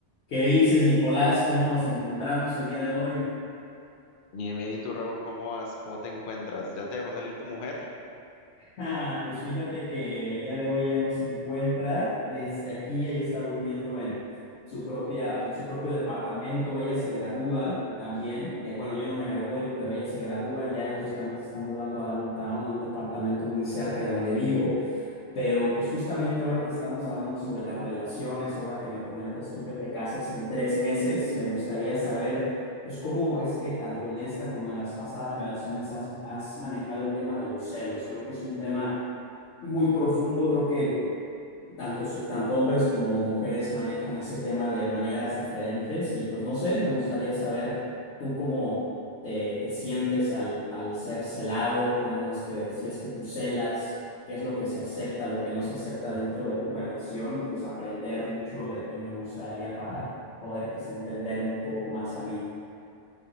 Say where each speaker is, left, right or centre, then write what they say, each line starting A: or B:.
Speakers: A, on the left; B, on the left.
A: ¿Qué dices, Nicolás? ¿Cómo nos encontramos el día de hoy? <laughs>
B: Bien, bien, ¿y tú, Raúl, cómo vas? ¿Cómo te encuentras? ¿Ya te dejó salir tu mujer?
A: Ah, pues fíjate que el día de hoy ya no se encuentra, este, aquí ella está durmiendo en su propia, en su propio departamento, ella se gradúa también, eh, bueno, yo no me gradué, yo, pero ella se gradúa ya, entonces también se está mudando a Downtown, a un departamento muy cerca de donde vivo. Pero pues justamente ahora que estamos hablando sobre las relaciones, ahora que me comentas tú que te casas en tres meses, me gustaría saber pues cómo es que tanto en esta como en las pasadas relaciones has, has manejado el tema de los celos. Creo que es un tema muy profundo, creo que tanto, tanto hombres como mujeres manejan ese tema de maneras diferentes y pues no sé, me gustaría saber tú cómo te, te sientes al, al ser celado, cómo es que, si es que tú celas, qué es lo que se acepta, lo que no se acepta dentro de tu relación y pues aprender mucho de ti me gustaría para poder quizá entenderme un poco más a mí.